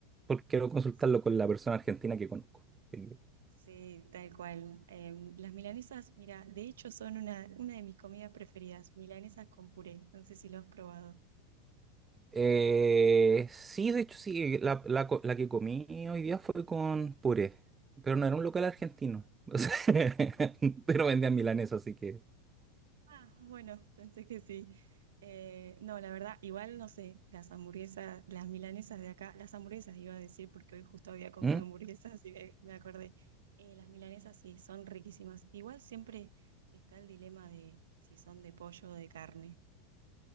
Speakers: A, on the right; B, on the right.
A: ¿por qué no consultarlo
B: Sí,
A: con la persona argentina que conozco? Sí.
B: sí, tal cual. Em, las milanesas, mira, de hecho son una, una de mis comidas preferidas, milanesas con puré. No sé si lo has probado.
A: Eh, sí, de hecho, sí. La, la co- la que comí hoy día fue con puré, pero no era un local argentino. <laughs> O sea, <laughs> pero vendían milanesa, así que.
B: Ah, bueno, pensé que sí. Eh, no, la verdad, igual no sé, las hamburguesas, las milanesas de acá, las hamburguesas iba a decir porque hoy justo había comido
A: Mm,
B: hamburguesas y me, me acordé. Eh, las milanesas sí, son riquísimas. Igual siempre está el dilema de si son de pollo o de carne,